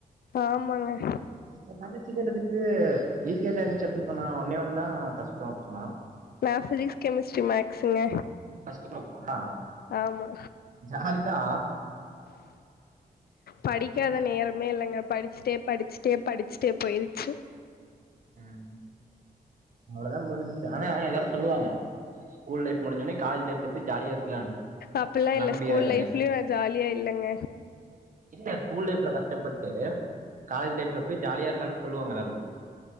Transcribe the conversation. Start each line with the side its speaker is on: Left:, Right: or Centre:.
Left: ஆமாங்க
Right: எ தங்கச்சி கேட்டதுக்கு ஈஸியா தா இருந்துச்சு அப்டின் சொன்னா ஒன்னே ஒண்ணு தா கஷ்டோ சொன்னா
Left: நா ஃபிசிக்ஸ் கெமிஸ்ட்ரி மேக்ஸுங்க
Right: பஸ்ட்டு குரூப்பா
Left: ஆமா
Right: ஜாலிதா
Left: படிக்காத நேரமே இல்லங்க படிச்ட்டே படிச்ட்டே படிச்ட்டே போயிருச்சு
Right: ம் அவ்வளதா முடின்ச்சு ஆனா எல்லாரு சொல்லுவாங்க ஸ்கூல் லைஃப் முடிஞ்சோனே காலேஜ் லைஃப்ல போயி ஜாலியா இருக்கலானு
Left: அப்படிலாம் இல்லை
Right: நம்பிராதீங்க
Left: ஸ்கூல் லைஃப்லயும் நான் ஜாலியா இல்லங்க
Right: இல்ல ஸ்கூல் லைஃப்ல கஷ்டப்பட்டு காலேஜ் லைஃப்ல போய் ஜாலியா இருக்லான்னு சொல்லுவாங்க எல்லாரு